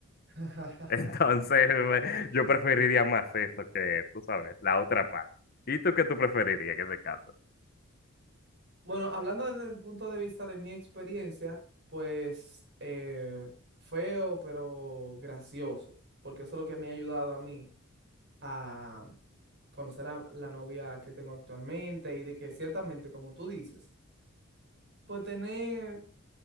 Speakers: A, on the right; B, on the left.
A: <laughs>
B: <laughs> Entonces, eh, yo preferiría más eso que, tú sabes, la otra parte. ¿Y tú qué tú preferirías en ese caso?
A: Bueno, hablando desde el punto de vista de mi experiencia, pues eh, feo, pero gracioso, porque eso es lo que me ha ayudado a mí. a conocer a la novia que tengo actualmente y de que ciertamente, como tú dices, pues tener,